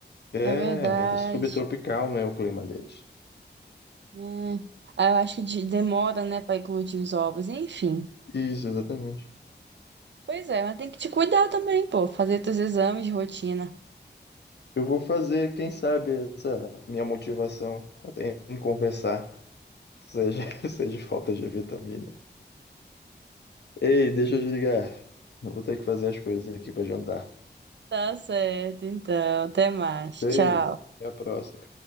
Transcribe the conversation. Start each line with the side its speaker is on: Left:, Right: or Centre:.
Left: É,
Right: É verdade.
Left: é subtropical, né, o clima deles.
Right: Hum. Ah, Eu acho que de- demora, né, para eclodir os ovos. Enfim.
Left: Isso, exatamente.
Right: Pois é, mas tem que te cuidar também, pô. Fazer teus exames de rotina.
Left: Eu vou fazer, quem sabe, essa minha motivação até em conversar seja, <laughs> seja falta de vitamina. Ei, deixa eu desligar. Eu vou ter que fazer as coisas aqui para jantar.
Right: Tá certo, então. Até mais.
Left: Beijo,
Right: Tchau.
Left: até a próxima.